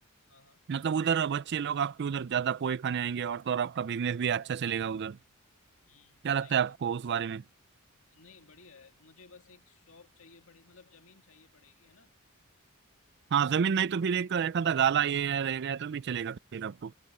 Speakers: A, on the left; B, on the right.
A: हाँ हाँ
B: मतलब उधर बच्चे लोग आपके उधर ज्यादा पोहे खाने आएंगे और तो और आपका बिजनेस भी अच्छा चलेगा उधर
A: हम्म
B: क्या लगता
A: सही
B: है आपको
A: बात।
B: उस बारे में
A: नहीं बढ़िया है मुझे बस एक शॉप चाहिए पड़ेगी मतलब जमीन चाहिए पड़ेगी है ना
B: हाँ जमीन नहीं तो फिर एक एक आधा गाला ये रह गया तो भी चलेगा फिर आपको